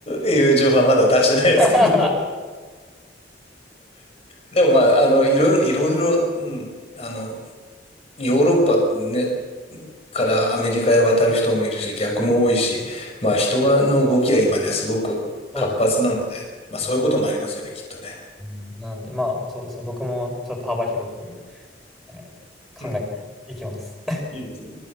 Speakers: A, on the left (about 35°); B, in the centre.
A: いう情報はまだ出してないですけど、
B: <laughs>
A: でもまあ、あの、いろいろ、いろいろ、うん、あの、ヨーロッパね、からアメリカへ渡る人もいるし、逆も多いし、まあ人がの動きは今ね、
B: うん
A: すごく活発なので、
B: そうで
A: まあそういうこともありますよね、
B: すね。
A: きっとね。
B: うんなんで、まあそうですね。僕もちょっと幅広く、えー考えていきます。
A: うんいいですね。